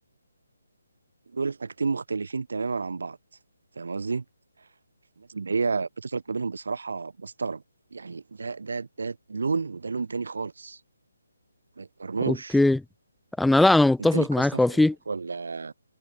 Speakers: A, on the right (about 65°); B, in the centre.
A: دول حاجتين مختلفين تماما عن بعض فاهم قصدي الناس اللي هي بتفرق ما بينهم بصراحة بستغرب يعني ده ده ده لون وده لون تاني خالص ما يتقارنوش
B: اوكي انا لا انا متفق
A: انت ليك
B: معاك
A: اصلا
B: هو
A: في الراب
B: في
A: ولا